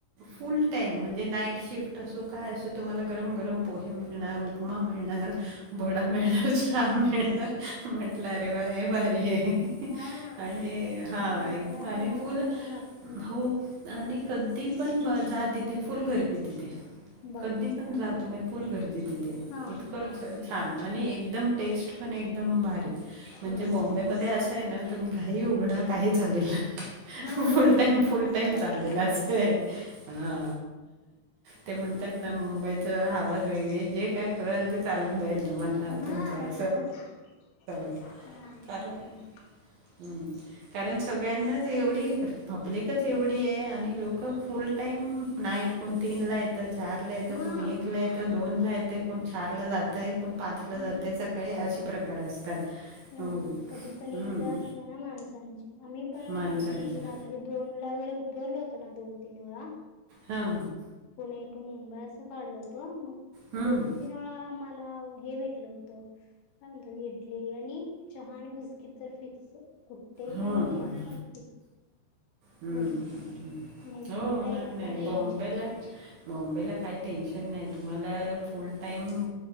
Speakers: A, on the right (about 65°); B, on the left (about 80°).
A: फुल
B: हा
A: टाईम म्हणजे म्हणजे नाईट शिफ्ट असो काय असो तुम्हाला गरम, गरम पोहे मिळणार, उपमा मिळणार वडा
B: हा
A: मिळणार, चहा मिळणार म्हंटल अरे वा हे भारी आहे.
B: हा
A: आणि हा
B: कारण
A: एकदा
B: येणारा
A: आणि
B: जाणाऱ्यांना
A: फुल
B: लागतच
A: हो
B: ना
A: आणि कधी पण ब जा तिथे फुल गर्दी तिथे.
B: बघा
A: कधी पण जा तुम्ही फुल गर्दी तिथे.
B: हा
A: इतकं छान आणि एकदम टेस्ट पण एकदम भारी. म्हणजे
B: मस्त
A: बॉम्बे मध्ये असं आहे ना तुम्ही काही उघडा काही चालेल.
B: हा
A: फुल
B: भेटते
A: टाईम फुल टाईम
B: सगळं
A: चाललेला
B: पण
A: असय. हा ते म्हणतात ना मुंबईत हावाच वेगळे जे काय करल ते चालतये. मला
B: हा
A: तुमचं
B: सगळं चालत
A: <unintelligible>
B: नाही
A: कारण.
B: नाही
A: हम्म कारण सगळ्यांनाच एवढी, पब्लिकच एवढी आहे आणि लोकं फुल टाईम नाईट कोण तीन ला येतं चार ला येतं
B: हा
A: कोण एक ला येतं दोन ला येते कोण चार ला जातय कोण पाच
B: हम्म
A: ला जातय सकाळी असे प्रकार असतात.
B: नाही
A: हो
B: कधी पण
A: हम्म
B: ये जा असत ना माणसांची आम्ही पण
A: माणसांच्या
B: कधी रा त्री दोन ला वगैरे उतरल होतं ना दोन तीन वेळा
A: हां
B: पुणे टू मुंबई असं काढल होत मग
A: हम्म
B: दोन तीन आम्हाला हे भेटलं होतं काय म्हणतो इडली आणि चहा आणि बिस्किट तर फिक्स. कुठे
A: हम्म.
B: पण बघा फिक्स.
A: हम्म
B: भेटतय.
A: हम्
B: मुंबईला
A: हो
B: यायचं
A: नाही नाही
B: काय टेन्शन
A: बॉम्बेला मुंबईला काही टेन्शन नाही तुम्हाला फुल टाइम